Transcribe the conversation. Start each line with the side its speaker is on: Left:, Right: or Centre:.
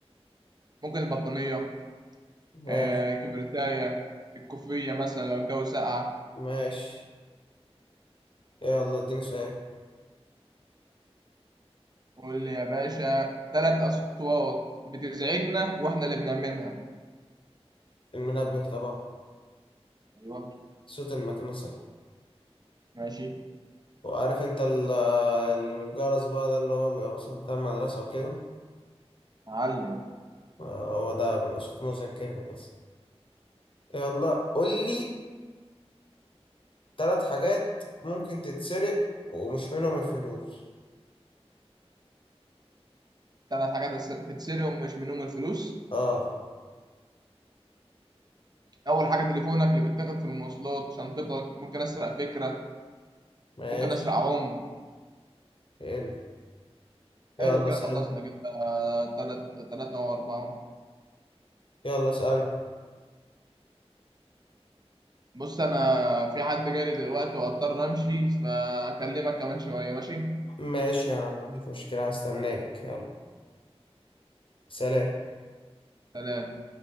Right: ممكن البطانية
Left: ماشي
Right: آه، كبرتاية الكوفية مثلا لو الجو ساقع
Left: ماشي يلا اديني سؤال
Right: قول لي يا باشا ثلاث أصوات بتزعجنا وإحنا اللي بنعملها
Left: المنبه طبعا
Right: أيوة
Left: صوت المكنسة
Right: ماشي
Left: وعارف انت ال- الجرس بقى ده اللي هو بيبقى مثلا بتاع المدرسة وكده
Right: معلم
Left: آه، هو ده بيبقى صوت مزعج جامد بس يلا قول لي تلات حاجات ممكن تتسرق ومش منهم الفلوس
Right: ثلاث حاجات تس- تتسرقهم مش منهم الفلوس
Left: اه
Right: اول حاجه تليفونك اللي بيتاخد في المواصلات شنطتك ممكن اسرق فكره
Left: ماشي
Right: ممكن اسرق عمر
Left: يلا يلا
Right: حلو كده
Left: اسألني
Right: خلصنا كده ثلاث ثلاثه او اربعه
Left: يلا اسألني
Right: بص انا في حد جالي دلوقتي واضطر امشي فاكلمك كمان شويه ماشي
Left: ماشي يا عم مفيش مشكلة هستناك يلا سلام
Right: سلام